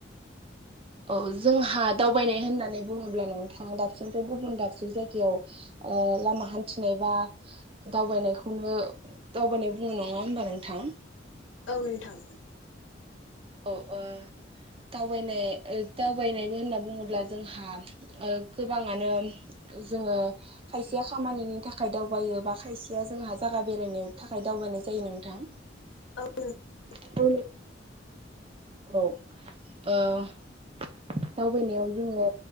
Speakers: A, on the right; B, on the left.
A: औ जोंहा दावबायनाय होननानै बुङोब्ला नोंथां दाबसेनिफ्राय गुबुन दाबसे जायगायाव ओ लामा हान्थिनाय बा दावबायनाय खौनो दावबायनाय बुङा नङा होनबा नोंथां
B: औ नोंथां
A: औओ दावबायनाय दावबायनाय होनना बुङोब्ला जोंहा गोबाङानो जोङो खायसेया खामानिनि थाखाय थाखाय दावबायो बा खायसेया जोंहा जायागा बेरायनो थाखाय दावबायनाय जायो नोंथां।
B: <unintelligible>
A: <inaudible> औ ओ दावबायनायाव जोङो